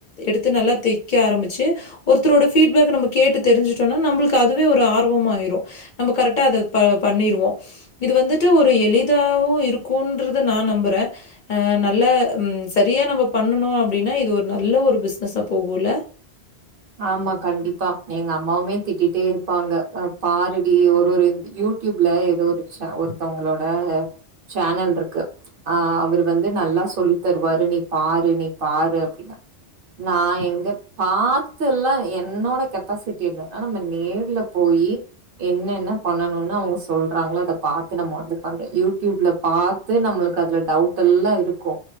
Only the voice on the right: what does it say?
ஆமா கண்டிப்பா எங்க அம்மாவுமே திட்டிட்டே இருப்பாங்க ஹ பாருடி ஒரு ஒரு யூடியூப்ல ஏதோ ஒரு ஷான் ஒருத்தவங்களோட சேனல் இருக்கு ஆஹ் அவரு வந்து நல்லா சொல்லி தருவாரு நீ பாரு நீ பாரு அப்படினு நான் எங்க பா த்தெல்லா என்னோட கெப்பாசிட்டி என்னன்னா நம்ம நேர்ல போயி என்ன என்ன பண்ணணுன்னு அவங்க சொல்றாங்களோ அத பாத்து நம்ம வந்து பண்ற யூடியூப்ல பாத்து நம்மளுக்கு அதுல டவுட் எல்லாம் இருக்கு